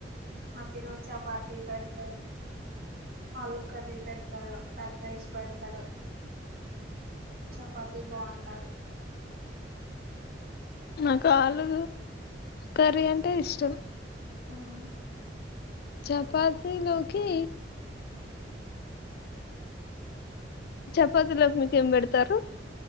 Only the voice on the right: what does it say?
మాకు ఈ రోజు చపాతీ పెడతారు ఆలు కర్రీ పేడా తారు కడ్ రైస్ పెడతారు చపాతి బాగుంటది
మ్మ్